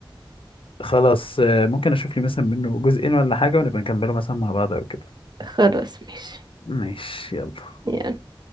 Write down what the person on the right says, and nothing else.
<laughs> خلاص ماشي
يلا